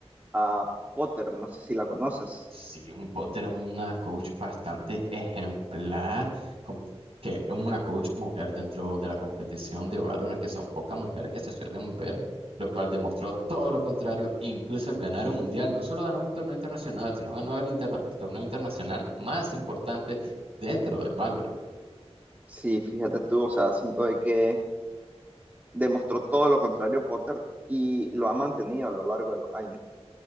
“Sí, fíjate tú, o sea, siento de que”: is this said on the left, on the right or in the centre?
Right